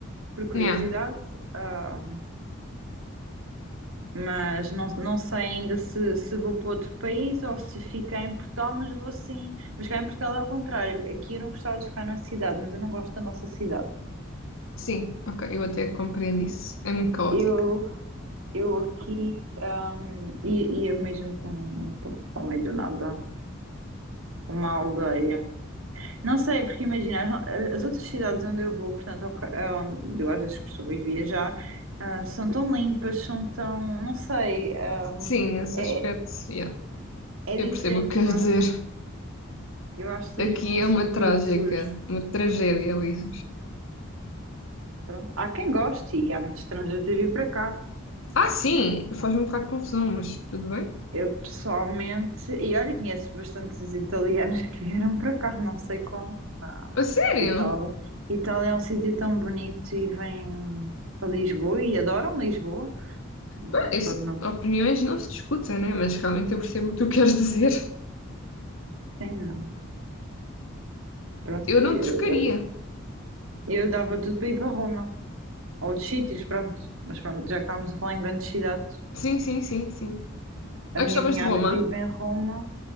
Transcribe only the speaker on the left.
Yeah.
Sim, ok, eu até compreendo isso. É muito caótica.
Sim, nesse
aspecto, yeah,
eu
percebo o que queres
dizer.
Aqui
é
uma trágica,
uma tragédia, aliás.
Ah, sim, faz-me um bocado de confusão, mas tudo bem.
A sério?
Bem, isso-
opiniões não se discutem, né? Mas realmente eu percebo o que tu <laughs> queres dizer.
Eu não
trocaria.
Sim, sim, sim, sim.
Ah,
gostavas
de Roma?